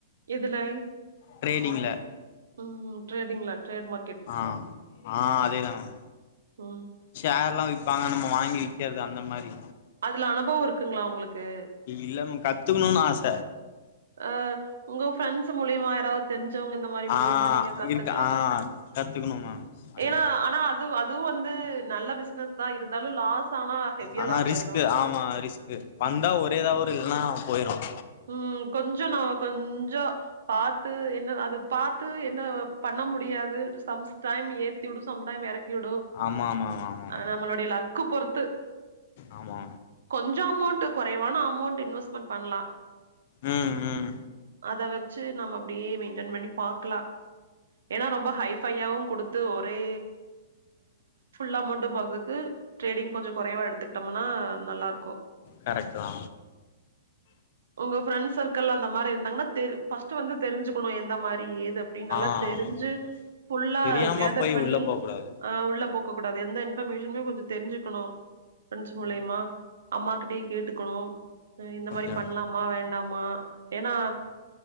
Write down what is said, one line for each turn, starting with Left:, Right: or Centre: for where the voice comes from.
Right: எதுலை
Left: ட்ரேடிங்ல
Right: ம் ட்ரேடிங்ல ட்ரேட் மார்க்கெட்
Left: ஆ ஆ அதேதா மேம்
Right: ஓ
Left: ஷேர்ல்லா விப்பாங்க நம்ம வாங்கி விக்கறது அந்த மாறி
Right: அதுல அனுபவொ இருக்குங்ளா உங்குளுக்கு
Left: இல்ல மேம் கத்துக்குணுன்னு ஆச
Right: அ உங்க ஃப்ரெண்ட்ஸ் மூலியமா யாராவது தெரிஞ்சவங்க இந்த மாறி
Left: ஆ
Right: மூலியமா நீங்க கத்துக்கலா
Left: இருக்கு ஆ கத்துக்கணு மேம் அதேதா
Right: ஏன்னா ஆனா அது அதுவு வந்து நல்ல பிஷ் னஸ்சா இருந்தாலு லாஸ் ஆனா ஹெவியா
Left: ஆனா
Right: லாஸ்
Left: ரிஸ்க்கு
Right: ஆயிரும்
Left: ஆமா ரிஸ்க்கு வந்தா ஒரே தா வரு இல்லன்னா போயிரும்
Right: உம் கொஞ்சோ நா கொஞ்சோ பாத்து என்ன அது பாத்து என்ன பண்ண முடியாது சம்ஸ்டைம் ஏத்திவுடு சம்டைம் எறக் கிவுடு
Left: ஆமா ஆமா ஆமா ஆமா மேம்
Right: ஆ நம்மளுடைய லக்கு பொறுத்து
Left: ஆமா
Right: கொஞ்சோ அமௌண்ட்டு குறைவான அமௌண்ட்டு இன்வெஸ்ட்மெண்ட் பண்லா
Left: உம் உம்
Right: அத வெச்சு நம்ம அப்டியே மெயின்டன் பண்ணி பாக்கலா ஏன்னா ரொம்ப ஹைஃபையாவு குடுத்து ஒரே ஃபுல் அமௌண்ட்டும் போறதுக் கு ட்ரேடிங் கொஞ்சோ குறைவா எடுத்துக்கிட்டம்னா நல்லா இருக்கு
Left: கரெக்ட் தா
Right: உங்க ஃப்ரெண்ட்ஸ் சர்க்கிள் அந்த மாறி இருந்தாங்கன்னா தெரி ஃபர்ஸ்ட் வந்து தெரிஞ்சுக்கணு எந்த மாறி எது அப்டி நல்லா
Left: ஆ
Right: தெரிஞ்சு
Left: ஆமா மேம்
Right: ஃபுல்லா
Left: தெரியாம
Right: கேதர்
Left: போய்
Right: பண்ணி
Left: உள்ள போக்கூடாது
Right: ஆ உள்ள போக்க கூடாது எந்த இன்பர்மேஷனயு கொஞ்சோ தெரிஞ்சுக்கணு ஃப்ரெண்ட்ஸ் மூலியமா
Left: ம்
Right: அம்மா கிட்டயு கேட்டுக்கணு அ இந்த மாறி
Left: ஓகே
Right: அம்மா வேண்டாமா ஏன்னா
Left: மேம்